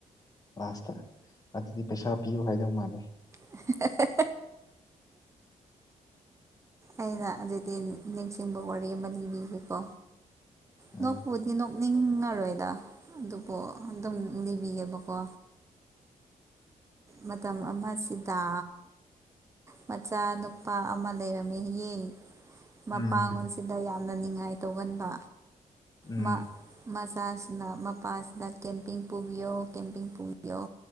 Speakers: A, on the left (about 25°); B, on the right (about 20°).
A: ꯂꯥꯁꯇ ꯑꯗꯨꯗꯤ ꯄꯩꯁꯥ ꯄꯤꯌꯨ ꯍꯥꯏꯗꯧ ꯃꯥꯥꯟꯂꯩ
B: <unintelligible> ꯑꯩꯅ ꯑꯗꯨꯗꯤ ꯅꯤꯡꯁꯤꯡꯕ ꯋꯥꯔꯤ ꯑꯃ ꯂꯤꯅꯤꯕꯤꯒꯦꯀꯣ
A: ꯎꯝ
B: ꯅꯣꯛꯄꯕꯨꯗꯤ ꯅ__ ꯅꯤꯡꯉꯔꯣꯏꯗ ꯑꯗꯨꯕꯨ ꯑꯗꯨꯝ ꯂꯤꯕꯤꯒꯦꯕꯀꯣ꯫ ꯃꯇꯝ ꯑꯃꯁꯤꯗ꯫ ꯃꯆꯥ ꯅꯨꯨꯄꯥ ꯑꯃ ꯂꯩꯔꯝꯃꯦ ꯌꯦ ꯃꯄꯥꯡꯜꯁꯤꯗ
A: ꯎꯝ
B: ꯌꯥꯝꯅ ꯉꯥꯏ ꯇꯧꯒꯟꯕ
A: ꯎꯝ
B: ꯃ ꯃꯆꯥꯁꯤꯅ ꯃꯄꯥꯁꯤꯗ ꯀꯦꯝꯄꯤꯡ ꯄꯨꯕꯤꯌꯣ ꯀꯦꯝꯄꯤꯡ ꯄꯨꯕꯤꯌꯣ